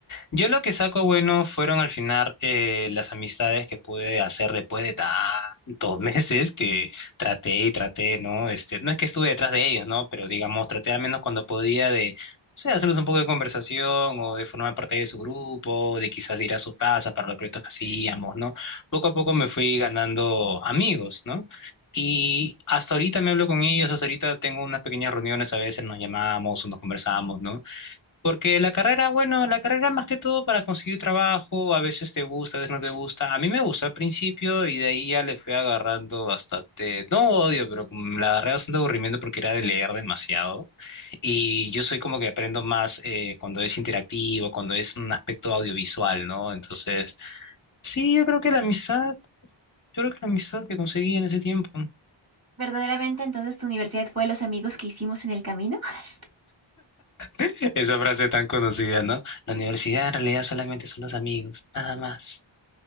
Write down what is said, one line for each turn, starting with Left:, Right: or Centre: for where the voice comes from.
Left: Yo lo que saco bueno fueron al final eh, las amistades que pude hacer después de tantos <laughs> meses que traté y traté, ¿no? Este, no es que estuve detrás de ellos, ¿no? Pero digamos, traté al menos cuando podía de, o sea, hacerles un poco de conversación o de formar parte de su grupo, de quizás ir a sus casas para los proyectos que hacíamos, ¿no? Poco a poco me fui ganando amigos, ¿no? Y hasta ahorita me hablo con ellos, hasta ahorita tengo unas pequeñas reuniones, a veces nos llamamos o nos conversamos, ¿no? Porque la carrera, bueno, la carrera más que todo para conseguir trabajo, a veces te gusta, a veces no te gusta. A mí me gustó al principio y de ahí ya le fui agarrando bastante, no odio, pero como la agarré bastante aburrimiento porque era de leer demasiado. Y yo soy como que aprendo más eh, cuando es interactivo, cuando es un aspecto audiovisual, ¿no? Entonces, sí, yo creo que la amistad, yo creo que la amistad que conseguí en ese tiempo.
Right: ¿Verdaderamente entonces tu universidad fue los amigos que hicimos en el camino? <laughs>
Left: <laughs> Esa frase tan conocida, ¿no? La universidad en realidad solamente son los amigos, nada más,